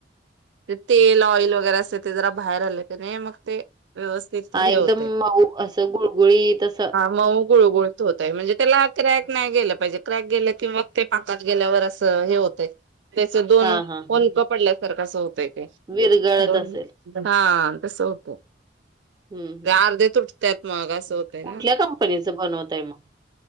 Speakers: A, on the right (about 85°); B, on the right (about 25°).
A: ते तेल ऑइल वगैरे असते ते जरा बाहेर आले नाही मग ते व्यवस्थित
B: हा
A: हे
B: एकदम
A: होतंय.
B: मऊ असं गुळगुळी तस
A: म गुळ गुळत होतय म्हणजे त्याला हक नाही गे पाहिजे क्रॅक गे किंवा ते पाकात गेल्यावर असं हे होतं त्याच दोन
B: हां, हां,
A: पलका
B: हां.
A: पडलं तर कसं होतें
B: विरगळत
A: न
B: असेल.
A: हा कस होत
B: हं, हं.
A: ते अर्धे तुटत्यात. मागास होताना
B: कुठल्या कंपनीचं बनवताय मग?